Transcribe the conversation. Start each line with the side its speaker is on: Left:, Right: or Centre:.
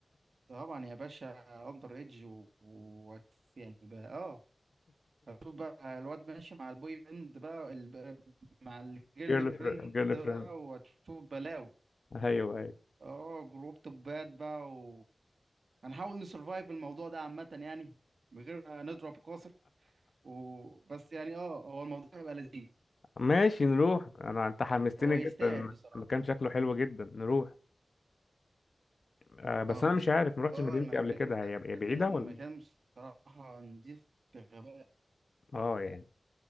Right: طبعا يا باشا اندر ايدج و... و... يعني بقى اه هتشوف بقى الواد ماشي مع البوي بند بقى ال... مع الجيرل
Left: <laughs> جيرل
Right: فريند
Left: فريند جيرل
Right: بقى
Left: فريند
Right: وهتشوف بلاوي
Left: ايوه ايوه
Right: اه جروب توبات بقى و... هنحاول نسرفايف الموضوع ده عامة يعني من غير ما نضرب قاصر و... بس يعني اه هو الموضوع هيبقى لذيذ
Left: ماشي نروح انا انت حمستني
Right: هو
Left: جدا
Right: يستاهل بصراحة
Left: المكان شكله حلو جدا نروح آه بس
Right: اه
Left: انا مش عارف ما رحتش
Right: آه،
Left: مدينتي
Right: المكان
Left: قبل كده هي هي بعيده
Right: المكان
Left: ولا
Right: بصراحة نضيف بغباء
Left: اه يعني